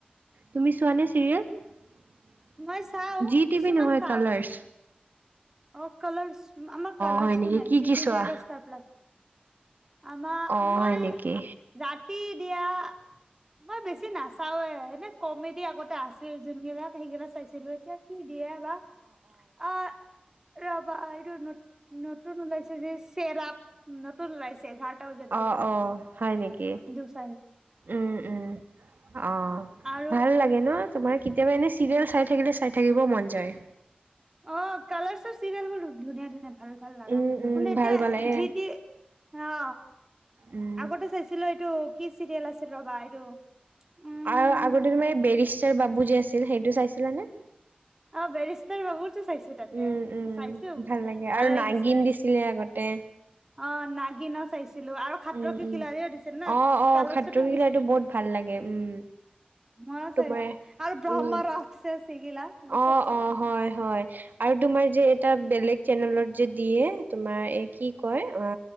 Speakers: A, on the right; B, on the right.
A: তুমি চোৱা নে চিৰিয়েল
B: মই চাও
A: জি
B: কিছুমান
A: টিভি নহয়
B: চাও।
A: কালাৰছ
B: অ কলাৰ আম কালাৰ
A: হয়
B: শু
A: নেকি
B: নাই
A: কি
B: জি
A: কি
B: টি
A: চোৱা
B: বোৰস্তপলাক আমাৰ
A: অ
B: মই
A: হয় নেকি
B: ৰাতি দিয়া মই বেছি নাচাওৱে এনে কমেডি আগতে আছিল যোনবিলাক সেইগিলাক চাইছিলো এতিয়া কি দিয়ে বাা অ ৰবা এইটো ন নতুন ওলাইছে যে চেৰাপ নতুল লয়ছে ঘাটা ব যাদ দিয়
A: অ অ হয় নেকি
B: দিস
A: উম উম অ
B: আৰু
A: ভাল লাগে ন তোমাৰ কেতিয়াবা এনে চিৰিয়েল চাই থাকিলে চাই থাকিবও মন যায়
B: অ কালাৰ্চৰ চিৰিয়েল বোৰ ধুনীয়া ধুনীয়া ভাল ভাল লগা
A: উম উম
B: ম এতিয়া
A: ভাল পালে এ
B: যিট অ
A: উম
B: আগতে চাইছিলো এইটো কি চিৰিয়েল আছিল ৰবা এইটো উম
A: আৰু আগতে তোমাৰ এই বেৰিষ্টাৰ বাবু যেি আছিল সেইটো চাইছিলাানে
B: অ বৰেছ্তাৰ ববু চাইছো তাতে
A: উম উম
B: চাইছো
A: ভাল লাগে
B: ভাল
A: আৰু
B: লাগিছো
A: নাগিন দিছিলে আগতে
B: অ নাগ ন চাইিছ ছিলো আৰু খাত্ৰ
A: উম
B: কি
A: উম
B: খিলা়ীও দিছিল না
A: অ অ
B: কালৰ
A: খাতৰো
B: চতো দিছিল
A: কি লাইটো বহুত ভাল লাগে উম
B: ম
A: তোমাৰ
B: চাইছো আৰু ব্ৰহ্মা
A: উম
B: ৰাখছে চিগিলা মই
A: অ
B: চব চাইছো
A: অ হয় হয় আৰু তোমাৰ যে এটা বেলেগ চেনেলত যে দিয়ে তোমাৰ এ কি কয় অ